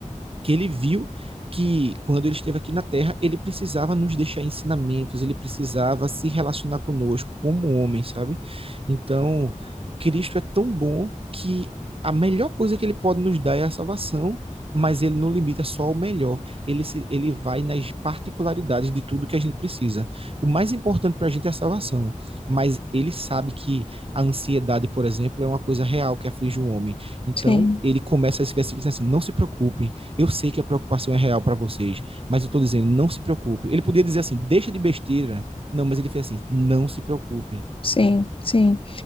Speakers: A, on the right; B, on the left.
A: que ele viu que quando ele esteve aqui na Terra, ele precisava nos deixar ensinamentos, ele precisava se relacionar conosco como homem, sabe? Então, Cristo é tão bom que a melhor coisa que ele pode nos dar é a salvação, mas ele não limita só ao melhor. Ele, se, ele vai nas particularidades de tudo que a gente precisa. O mais importante para a gente é a salvação, mas ele sabe que a ansiedade, por exemplo, é uma coisa real que aflige o homem. Então,
B: sim,
A: ele começa esse versículo dizendo assim: não se preocupem, eu sei que a preocupação é real para vocês, mas eu estou dizendo, não se preocupe. Ele podia dizer assim, deixa de besteira. Não, mas ele fez assim, não se preocupem.
B: sim, sim.